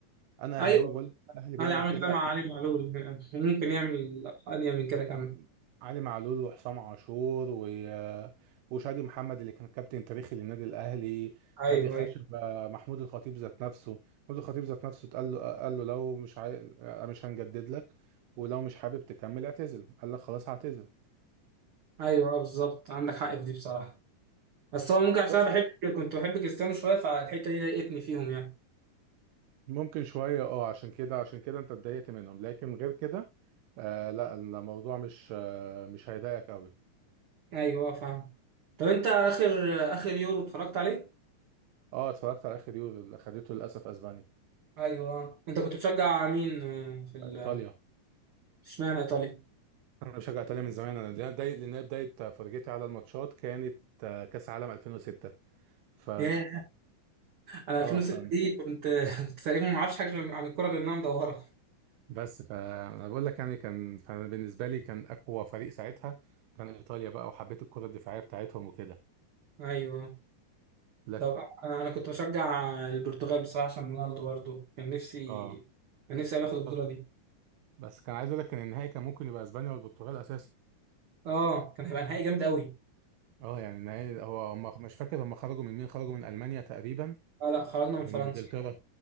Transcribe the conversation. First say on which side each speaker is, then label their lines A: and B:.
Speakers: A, on the right; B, on the right.
A: انا
B: ايوه
A: اهلاوي بقول الاهلي
B: الاهلي
A: بيعمل
B: عمل
A: كده
B: كده مع علي معلول ممكن يعمل انيا من كده
A: عم-
B: كمان
A: علي معلول وحسام عاشور و... وشادي محمد اللي كان كابتن تاريخي للنادي الاهلي
B: ايوه
A: هادي خاشبة
B: ايوه
A: محمود الخطيب ذات نفسه محمود الخطيب ذات نفسه اتقال له آه، قال له لو مش عاي... آه، مش هنجدد لك ولو مش حابب تكمل اعتزل قال لك خلاص هعتزل
B: ايوه آه، بالظبط عندك حق في دي بصراحه بس هو ممكن عشان
A: بس
B: انا بحب كنت بحب كريستيانو شويه فالحته دي ضايقتني فيهم يعني
A: ممكن شوية اه عشان كده عشان كده انت اتضايقت منهم لكن غير كده آه لا الموضوع مش آه مش هيضايقك قوي
B: ايوه آه، فاهم طب انت اخر اخر يورو اتفرجت عليه
A: اه اتفرجت على اخر يورو اللي خدته للاسف اسبانيا
B: ايوه آه. انت كنت بتشجع مين آه، في ال
A: ايطاليا
B: اشمعنى ايطاليا
A: انا بشجع ايطاليا من زمان انا ده- ده- لان بدايه فرجتي على الماتشات كانت آه، كاس عالم 2006 ف
B: ياه انا
A: اه
B: 2006
A: ف
B: دي كنت <laughs> كنت تقريبا ما اعرفش حاجه غير- عن الكوره غير انها مدوره
A: بس فانا بقول لك يعني كان فبالنسبه لي كان اقوى فريق ساعتها كان ايطاليا بقى وحبيت الكره الدفاعيه بتاعتهم وكده
B: ايوه آه.
A: لكن
B: طب انا أنا كنت بشجع البرتغال بصراحه عشان رونالدو برضه كان نفسي
A: اه
B: كان نفسي أوي اخد البطوله
A: آه.
B: دي
A: بس كان عايز اقول لك ان النهائي كان ممكن يبقى اسبانيا والبرتغال اساسا
B: اه كان هيبقى نهائي جامد قوي
A: اه يعني النهائي هو هم مش فاكر هم خرجوا من مين خرجوا من المانيا تقريبا
B: لا لا خرجنا من فرنسا
A: ومن انجلترا